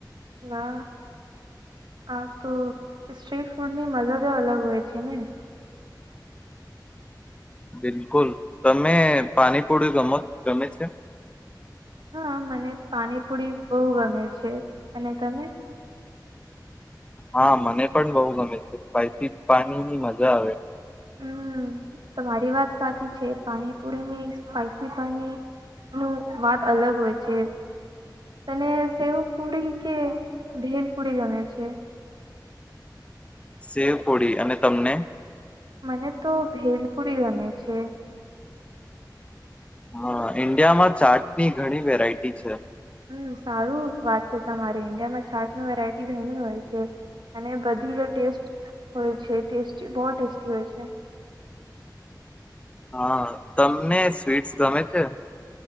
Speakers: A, on the right; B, on the left.
A: હા હા તો સ્ટ્રીટ ફૂડની મજા જ અલગ હોય છે ને.
B: બિલકુલ તમે પાણીપુળ ગમ ગમે છે.
A: હા મને પાણીપુરી બહુ ગમે છે અને તમે.
B: હા મને પણ બહુ ગમે છે સ્પાઈસી પાણીની મજા આવે.
A: હમ તમારી વાત સાચી છે પાણીપુરીની સ્પાઈસી પાણી નું વાત અલગ હોય છે તને સેવ પૂડી કે ભેલ પૂડી ગમે છે.
B: સેવ પડી અને તમને
A: મને તો ભેલપુડી ગમે છે
B: હા ઈન્ડિયામાં ચાટની ઘણી વેરાયટી છે.
A: હમ સારું વાત છે તમારી ઈન્ડિયામાં છાટ ન વેરાયટી ઘણી હોય છે અને બધી જે ટેસ્ટ હોય છે ટેસ્ટી બહ ટેસ્ટી હોય છે.
B: હા તમને સ્વીટ્સ ગમે છે.